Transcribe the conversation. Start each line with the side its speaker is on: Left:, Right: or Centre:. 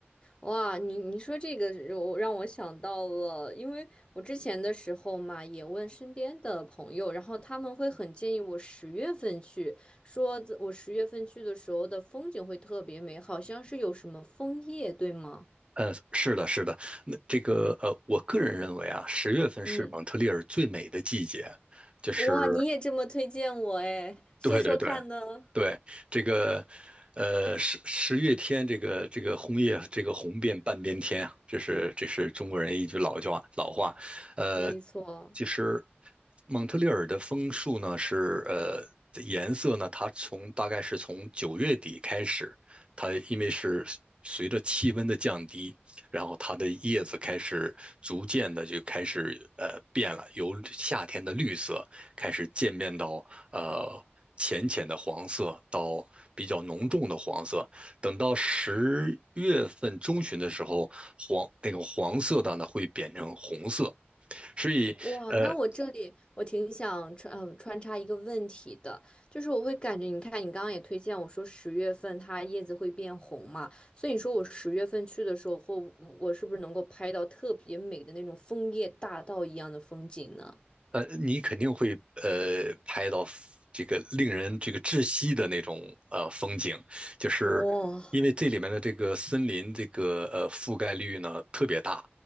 Left: 哇，你你说这个我让我想到了，因为我之前的时候嘛，也问身边的朋友，然后他们会很建议我十月份去，说自我十月份去的时候的风景会特别美，好像是有什么枫叶，对吗？
Right: 呃，是的，是的，那这个呃，我个人认为啊，十月份是蒙特利尔最美的季节，
Left: 嗯，
Right: 就是
Left: 哇，你也这么推荐我哎，说说看呢？
Right: 对对对，对，这个，呃，十十月天，这个这个红叶，这个红遍半边天啊，这是这是中国人一句老叫老话。呃，
Left: 没错。
Right: 其实蒙特利尔的枫树呢是呃颜色呢，它从大概是从九月底开始，它因为是随着气温的降低，然后它的叶子开始逐渐的就开始呃变了，由夏天的绿色开始渐变到呃浅浅的黄色到比较浓重的黄色。等到十月份中旬的时候，黄那个黄色的呢会变成红色。所以，
Left: 哇，
Right: 呃，
Left: 那我这里我挺想穿呃穿插一个问题的，就是我会感觉，你看你刚刚也推荐我说十月份它叶子会变红嘛，所以你说我十月份去的时候，或我是不是能够拍到特别美的那种枫叶大道一样的风景呢？
Right: 呃，你肯定会呃拍到 f- 这个令人这个窒息的那种呃风景，就是因为这里面的这个森林这个呃覆盖率呢特别大，
Left: 哇，